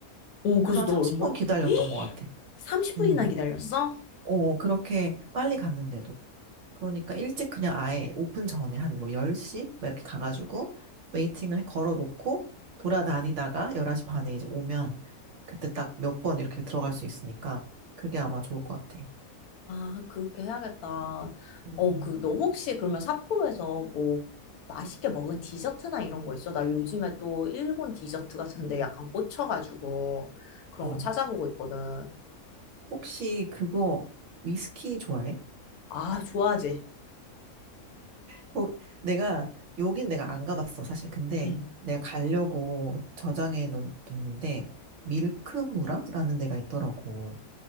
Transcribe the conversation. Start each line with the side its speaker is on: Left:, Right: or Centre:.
Left: 오,
Right: 그래서
Left: 그래서
Right: 한
Left: 너
Right: 30분
Left: 얼마?
Right: 기다렸던
Left: 에?
Right: 것 같아.
Left: 30분이나
Right: 음.
Left: 기다렸어?
Right: 어, 그렇게 빨리 갔는데도. 그러니까 일찍 그냥 아예 오픈 전에 한 뭐 10시? 막 이렇게 가가지고 웨이팅을 걸어 놓고 돌아다니다가 11시 반에 이제 오면 그때 딱 몇 번 이렇게 들어갈 수 있으니까 그게 아마 좋을 것 같아.
Left: 아, 그렇게 해야겠다.
Right: 음.
Left: 어, 그, 너 혹시 그러면 삿포로에서 뭐 맛있게 먹은 디저트나 이런 거 있어? 나 요즘에 또 일본 디저트 같은데 약간 꽂혀가지고 그런
Right: 어.
Left: 거 찾아보고 있거든.
Right: 혹시 그거 위스키 좋아해?
Left: 아, 좋아하지?
Right: 거, 내가, 여긴 내가 안 가봤어, 사실. 근데
Left: 응.
Right: 내가 가려고 저장해 놓- 놓는데, 밀크무라라는 데가 있더라고.